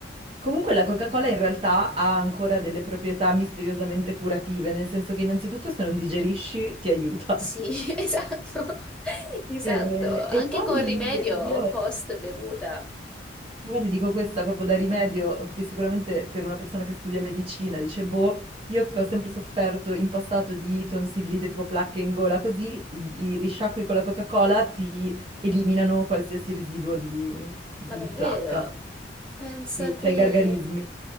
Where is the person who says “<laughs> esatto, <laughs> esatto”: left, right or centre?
Centre